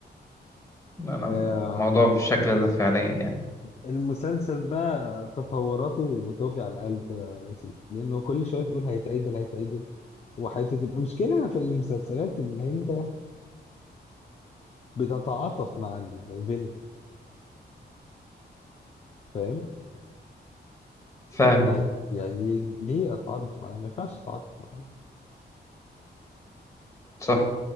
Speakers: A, on the left; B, on the left.
A: أنا
B: آه،
A: الموضوع بالشكل ده فعليا يعني
B: المسلسل بقى تطوراته بتوجع القلب آه، سيدي. لانه كل شويه تقول هيتعدل هيتعدل وحياته تبقى مشكله في المسلسلات ان انت بتتعاطف مع الفيلم فاهم
A: فاهم
B: يعني
A: أه
B: يعني ليه اتعاطف معاه ما ينفعش اتعاطف معاه
A: صح